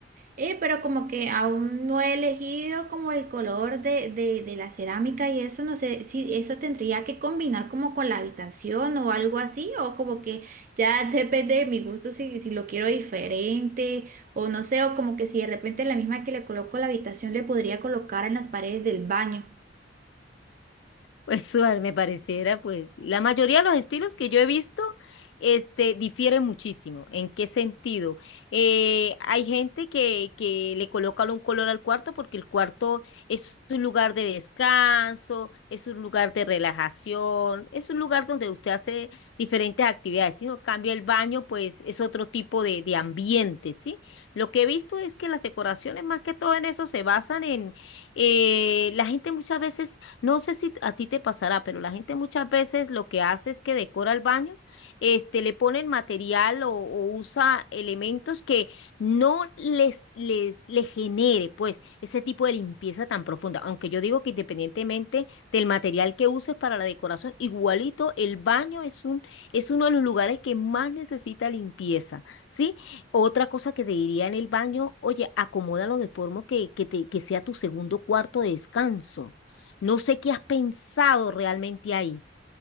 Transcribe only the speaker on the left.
Pues Suar, me pareciera, pues la mayoría de los estilos que yo he visto, este, difieren muchísimo. ¿En qué sentido? Eh, hay gente que, que le coloca un color al cuarto porque el cuarto es un lugar de descanso, es un lugar de relajación, es un lugar donde usted hace diferentes actividades. Si no cambia el baño, pues es otro tipo de, de ambiente, ¿sí? Lo que he visto es que las decoraciones más que todo en eso se basan en eh, la gente muchas veces no sé si a ti te pasará, pero la gente muchas veces lo que hace es que decora el baño, este, le ponen material o, o usa elementos que no les, les, les genere, pues, ese tipo de limpieza tan profunda. Aunque yo digo que independientemente del material que uses para la decoración, igualito el baño es un, es uno de los lugares que más necesita limpieza, ¿sí? Otra cosa que te diría en el baño, oye, acomódalo de forma que, que te, que sea tu segundo cuarto de descanso. No sé qué has pensado realmente ahí.